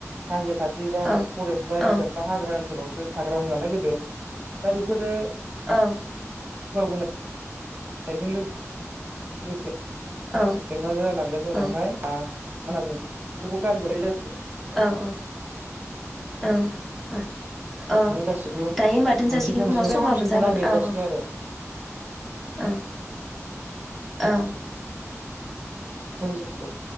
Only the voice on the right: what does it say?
हाजो खा थि बा
फरेस्ट बा
हाग्रा ओनसोल। ओनसोलावसो थाग्रामोन नालाय गोदो दा बेफोरो।
बावबोनायजों <inaudible> लोगोसे। गोसे
ए मा जालांगोन उनावहाय?
मा होनना बुंगोन? बयबो गारजोबाय
माने गासिबो
मोनसेनिफ्राय
मोनसे
हामसिनखौ
नागिरगासिनो
आरो
दनोसै दे।